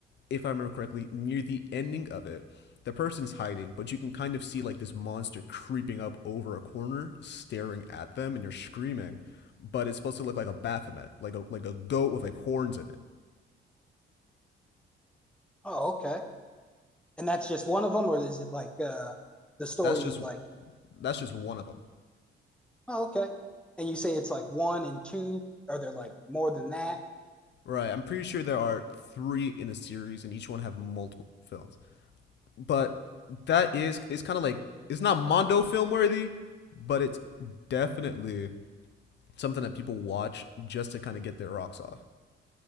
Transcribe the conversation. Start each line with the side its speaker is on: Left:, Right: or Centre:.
Left: if I remember correctly, near the ending of it, the person's hiding, but you can kind of see like this monster creeping up over a corner, staring at them, and you're screaming. But it's supposed to look like a Baphomet, like a like a goat with like horns in it.
Centre: oh okay and that's just one of them or is it like uh the story
Left: That's just
Centre: like
Left: that's just one of them.
Centre: oh okay and you say it's like one and two or they're like more than that
Left: Right. I'm pretty sure there are three in the series, and each one have multiple films. But that is it's kind of like it's not Mondo film worthy, but it's definitely something that people watch just to kind of get their rocks off.